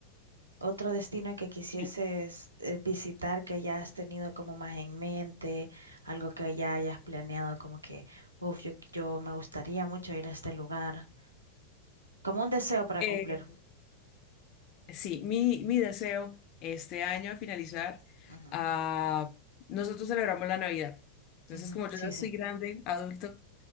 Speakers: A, on the right (about 80°); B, on the left (about 40°).
A: otro destino que quisieses
B: Sí,
A: eh, visitar que ya has tenido como más en mente, algo que ya hayas planeado como que, uff, yo, yo me gustaría mucho ir a este lugar, como un deseo para
B: Eh,
A: cumplir?
B: sí, mi, mi deseo este año a finalizar,
A: Ujú,
B: ah, nosotros celebramos la Navidad. Entonces,
A: Ujú,
B: como yo
A: Sí,
B: ya
A: sí.
B: soy grande, adulto,